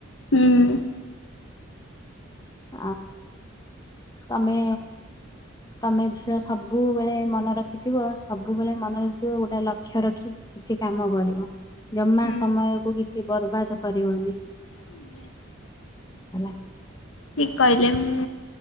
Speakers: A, on the left; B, on the left.
A: ହୁଁ
B: ହଁ ତମେ ତମେ ଝିଅ ସବୁବେଳେ ମନେ ରଖିଥିବ ସବୁବେଳେ ମନେ ରଖିଥିବ ଗୋଟେ ଲକ୍ଷ୍ୟ ରଖି କିଛି କାମ କରିବ ଜମା
A: ହୁଁ
B: ସମୟ କୁ କିଛି ବର୍ବାଦ କରିବନି
A: ଆଜ୍ଞା
B: ହେଲା
A: ଠିକ କହିଲେ ମୁଁ